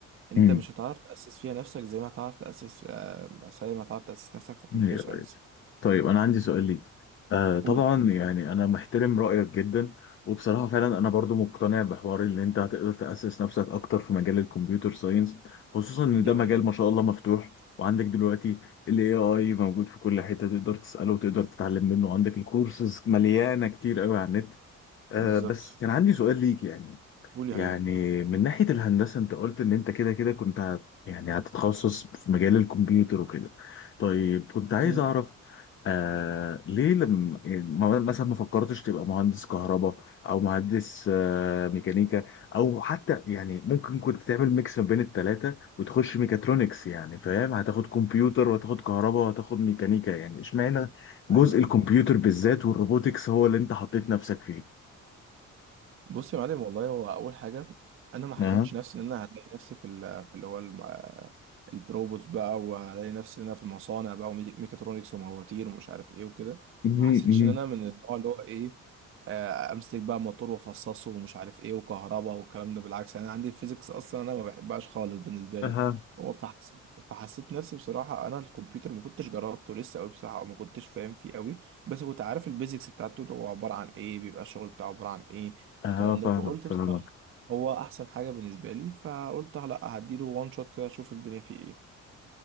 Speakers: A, on the right; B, on the left.
A: انت
B: طيب
A: مش هتعرف تاسس فيها نفسك زي ما هتعرف تاسس آه، زي ما هتعرف تاسس نفسك في كمبيوتر
B: ايوه
A: ساينس
B: ايوه طيب انا عندي سؤال ليك آه طبعا
A: قولي
B: يعني انا محترم رايك جدا وبصراحه فعلا انا برضو مقتنع بحوار اللي انت هتقدر تاسس نفسك اكتر في مجال الكمبيوتر ساينس خصوصا ان
A: دي
B: ده
A: حقيقة
B: مجال ما شاء الله مفتوح وعندك دلوقتي الاي اي موجود في كل حته تقدر تساله وتقدر تتعلم منه عندك الكورسز مليانه كتير قوي على النت آه
A: بالظبط
B: بس كان عندي سؤال ليك يعني
A: قولي
B: يعني
A: هي
B: من ناحية الهندسة انت قلت ان انت كده كده كنت هت يعني هتتخصص في مجال الكمبيوتر وكده طيب كنت عايز
A: مم.
B: اعرف آه ليه لما ما- مثلا ما فكرتش تبقى مهندس كهرباء او مهندس آه ميكانيكا او حتى يعني ممكن كنت تعمل ميكس ما بين التلاتة وتخش ميكاترونكس يعني فاهم هتاخد كمبيوتر وهتاخد كهرباء وهتاخد ميكانيكا يعني اشمعنى جزء
A: ايوه
B: الكمبيوتر بالذات والروبوتكس هو اللي انت حطيت نفسك فيه
A: بصي يا معلم والله هو اول حاجه انا ما حسيتش
B: اها
A: نفسي ان انا هلاقي نفسي في ال- في اللي هو الم- البروبوتس بقى وهلاقي نفسي ان انا في المصانع بقى وميكاترونكس ومواتير ومش عارف ايه وكده
B: مهم،
A: ما حسيتش
B: مهم.
A: ان انا من النوع اللي هو ايه آه، امسك بقى موتور وافصصه ومش عارف ايه وكهرباء والكلام ده بالعكس انا عندي الفيزيكس اصلا انا ما بحبهاش خالص بالنسبه لي
B: اها
A: هو فحسيت فحسيت نفسي بصراحه انا الكمبيوتر ما كنتش جربته لسه قوي بصراحه او ما كنتش فاهم فيه قوي بس كنت عارف البيزكس بتاعته اللي هو عباره عن ايه بيبقى الشغل بتاعه عباره عن ايه
B: اه
A: الكلام
B: فاهمك
A: ده فقلت
B: فاهمك
A: بصراحه هو احسن حاجه بالنسبه لي فقلت لا هديله وان شوت كده اشوف الدنيا فيه ايه